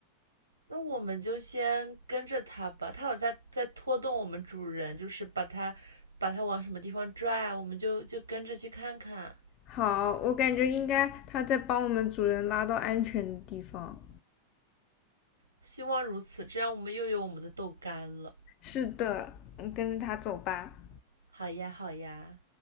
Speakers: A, on the right; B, on the left.
A: 那我们就先跟着它吧。它有在在拖动我们主人，就是把它把它往什么地方拽，我们就就跟着去看看。
B: 好，我感觉应该他在帮我们主人拉到安全的地方。
A: 希望如此，这样我们又有我们的豆干了。
B: 是的，我们跟着他走吧。
A: 好呀，好呀。